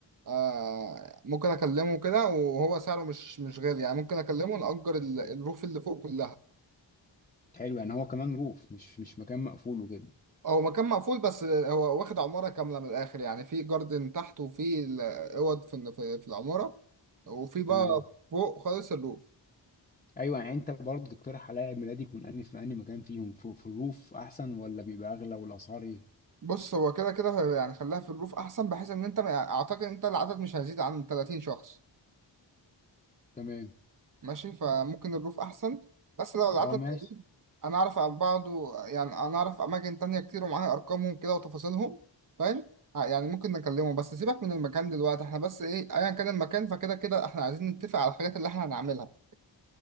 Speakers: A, on the right; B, on the left.
A: آه ممكن اكلمه كده وهو سعره مش مش غالي يعني ممكن اكلمه نأجر ال- الروف اللي فوق كلها
B: حلو يعني هو كمان روف مش مش مكان مقفول وكده
A: هو مكان مقفول بس هو واخد عمارة كاملة من الآخر يعني في جاردن تحت وفي ال- اوض في ال- في في العمارة وفي بقى
B: تمام
A: فوق خالص الروف
B: أيوة يعني أنت برضو تقترح عليا عيد ميلادي يكون أنهي في أنهي مكان فيهم في, في الروف أحسن ولا بيبقى أغلى والأسعار إيه
A: بص هو كده كده يعني خليها في الروف أحسن بحيث إن أنت يعني أعتقد إن أنت العدد مش هيزيد عن 30 شخص
B: تمام
A: ماشي فممكن الروف احسن بس لو العدد
B: أه ماشي
A: قليل انا اعرف عن بعضه يعني انا اعرف اماكن تانية كتير ومعايا ارقامهم كده وتفاصيلهم فاهم ه- يعني ممكن نكلمه بس سيبك من المكان دلوقتي احنا بس ايه ايا كان المكان فكده كده احنا عايزين نتفق على الحاجات اللي احنا هنعملها